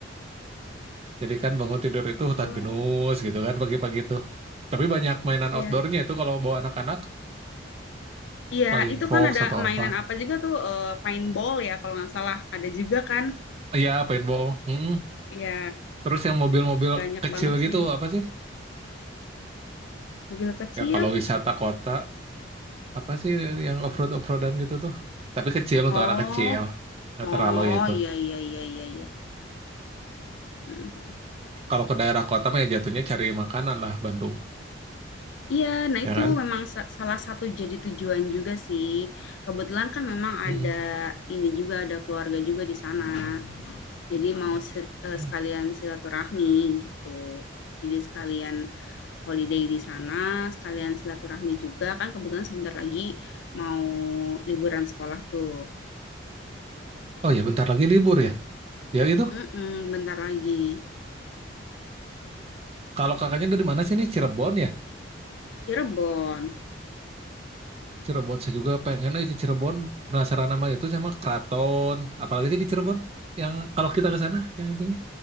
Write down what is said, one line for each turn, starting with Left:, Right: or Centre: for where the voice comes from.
Right: jadi kan bangun tidur itu hutan
Left: Oh,
Right: pinus gitu kan pagi-pagi itu. Tapi banyak mainan
Left: iya.
Right: outdoornya itu kalau bawa anak-anak,
Left: Iya,
Right: flying
Left: itu
Right: fox
Left: kan ada
Right: atau
Left: mainan
Right: apa.
Left: apa juga tuh, eh, paintball ya kalau nggak salah. Ada juga kan.
Right: Iya, paintball. Mm.
Left: Iya,
Right: Terus yang mobil-mobil
Left: banyak
Right: kecil
Left: banget
Right: gitu
Left: sih.
Right: apa sih?
Left: Mobil kecil.
Right: Ya kalau wisata kota Apa sih yang offroad offroadan gitu tuh? Tapi kecil untuk
Left: Oh,
Right: anak kecil. Nggak
Left: oh
Right: terlalu itu.
Left: iya, iya, iya, iya, iya. Mhm.
Right: Kalau ke daerah kota mah ya jatuhnya cari makanan lah Bandung,
Left: Iya, nah
Right: ya
Left: itu
Right: kan?
Left: memang sa- salah satu jadi tujuan juga sih. Kebetulan kan memang
Right: Mm-mm.
Left: ada ini juga, ada keluarga juga di sana. Jadi mau se- eh,
Right: Oh
Left: sekalian silaturahmi gitu. Jadi sekalian holiday di sana, sekalian silaturahmi juga. Kan kebetulan sebentar lagi mau liburan sekolah tuh.
Right: Oh ya bentar lagi libur ya. Ya itu.
Left: Mm-mm, bentar lagi.
Right: Kalau kakaknya dari mana sih nih? Cirebon ya?
Left: Cirebon.
Right: Cirebon saya juga pengen lagi ke Cirebon. Penasaran sama itu sama Keraton. Apalagi sih di Cirebon? Yang kalau kita ke sana yang itunya.